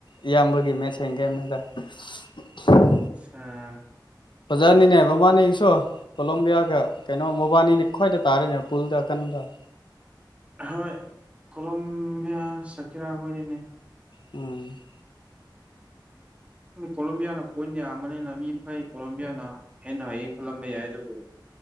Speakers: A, on the left; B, on the right.
A: ꯏꯌꯥꯝꯕꯒꯤ ꯃꯦꯠꯁ ꯍꯦꯡꯒꯦꯦꯝꯅꯦꯗ <inaudible>
B: ꯑ
A: ꯄꯖꯥꯔꯅꯤꯅꯦ ꯕꯃꯥꯅꯦ ꯑꯩꯁꯨ ꯀꯣꯂꯣꯝꯕꯤꯌꯥꯒ ꯀꯩꯅꯣ ꯃꯕꯥꯅꯤꯅ ꯈ꯭ꯋꯥꯏꯗ ꯇꯥꯔꯦꯅꯦ ꯄꯨꯜꯗ ꯑꯀꯟꯗ <inaudible>
B: ꯍꯣꯏ ꯀꯣꯂꯣꯕꯤꯌꯥ ꯁꯀꯤꯔꯥꯈꯅꯤꯅꯦ
A: ꯎꯝ
B: ꯀꯣꯂꯝꯣꯕꯤꯌꯥꯅ ꯄꯣꯏꯟ ꯌꯥꯝꯕꯅꯤꯅ ꯃꯤ ꯃꯈꯩ ꯀꯣꯂꯝꯣꯕꯤꯌꯥꯅ ꯍꯦꯟꯅ ꯍꯩꯌꯦ ꯈꯜꯂꯝꯕ ꯌꯥꯏ ꯑꯗꯨꯕꯨ